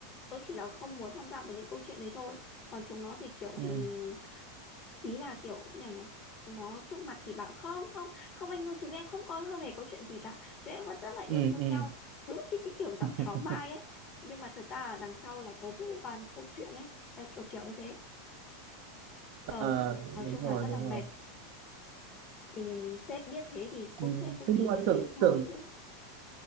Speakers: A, on the left; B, on the right.
A: tớ chỉ là không muốn tham gia vào những câu chuyện đấy thôi còn chúng nó thì kiểu ừm,
B: Ừ.
A: ý là kiểu nhỏ nhỏ chúng nó trước mặt thì bảo không không không anh ơi chúng em không có hơi hề có chuyện gì cả chúng em vẫn rất là yêu
B: ừ
A: thương
B: ừ
A: nhau đúng cái cái kiểu giọng
B: <laughs>
A: tháo mai ấy nhưng mà thật ra là đằng sau là có vô vàn câu chuyện ấy đấy kiểu kiểu như thế ờ,
B: à,
A: nói
B: đúng
A: chung là
B: rồi
A: rất là
B: đúng
A: mệt
B: rồi
A: thì sếp biết thế thì cô
B: ừ.
A: sếp cũng
B: thế
A: chỉ
B: nhưng
A: để
B: mà
A: đấy
B: tưởng
A: được thôi
B: tưởng
A: chứ